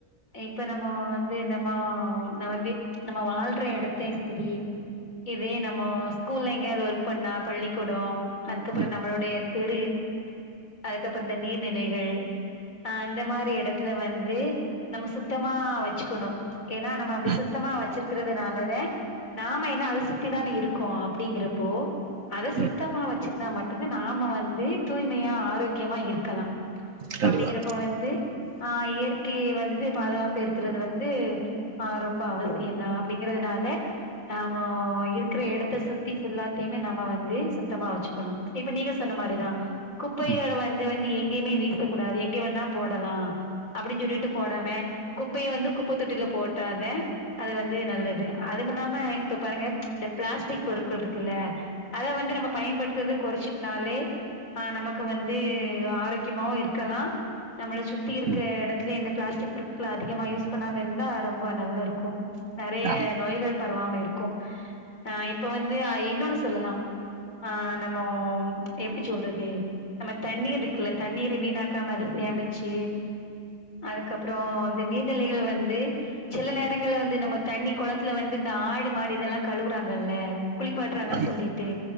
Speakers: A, on the left; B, on the right.
A: இப்ப நமோ வந்து நமோ நா வந்து நம்ம வாழ்ற எடத்தயு செரி இதே நமோ ஸ் ஸ்கூல்ல எங்கேயாது ஒர்க் பண்ணா பள்ளிக்கூடோ அதுக்கப்றோ
B: ம்,
A: நம்மளுடைய தெரி அதுக்கப்பற் இந்த நீர்நிலைகள் அ அந்த மாரி எ எடத்துல வந்து நம்ம சுத்தமா வச்சுக்குணு ஏனா நம்ம அப்டி
B: ம்,
A: சுத்தமா வச்சிருக் இருக்கிறதுனாலதே நாம என்ன அத சுத்திதான இருக்கோ அப்டிங்கிறப்போ அத சுத்தமா
B: ம்.
A: வச் ச்சிருந்தா மட்டுதா நாம வந்து தூய்மையா ஆரோக்கியமா இருக்கலா
B: கண்டிப்பா.
A: அப்டிங்கிறப்ப வந்து இயற்கையை வந்து பாதுகாப்பு இருக்கிறது வந்து ஆ ரொம்ப அவசியந்தா அப்டிங்கிறதுனால நாமோ இருக்கிற எடத்த சுத்தி ஃபுல்லாத்தையிமே நாம வந்து சுத்தமா வெச்சுக்கணு இப்ப நீங்க சொன்ன மாரிதா குப்பையோட
B: ம்,
A: வந்து வந் து எங்கேமே வீசக்க கூடாது எங்கே வேண்ணா போடலா அப்டின் சொல்லிட்டு போடாம குப்பைய வந்து குப்ப தொட்டில போட்டாதே அது வந்து நல்லது அதுமில்லாம இப்ப பாருங்க இந்த பிளாஸ்டிக் பொருட்கள் இருக்குல்ல அத வந்து நம்ம பயன்படுத்றத கொறச்சிக்னாலே ஆ நமக்கு வந்து ஆரோக்கியமாவு இருக்கலா நம்மள சுத்தி இருக்
B: ம்.
A: தே எடத்லியு இந்த பிளாஸ்டிக் பொருட்கள அதிகமா யூஸ் பண்ணாம இருந்தா ரொம்ப நல்ல இருக்கு நெறைய
B: ஆமா,
A: நோய்கள் பரவாம இருக் கோ ஆ இப்ப வந்து ஆ இன்னொன்னு சொல்லலா ஆ நம்மோம் எப்டி சொல்றது நம்ம தண்ணீ இருக்குல்ல தண்ணீரை வீணாக்காம அத சேமிச்சு அதுக்கப்றோ இந்த நீர்நிலைகள்ல வந்து சில நேரங்கள்ல வந்து நம்ம தண்ணி கொளத்துல வந்து இந்த ஆடு மாடு இதெல்லா கழுவுறாங்கல்ல குளிப்பாட்டுறாங்கன்னு
B: ஆமா,
A: சொல்லிட்டு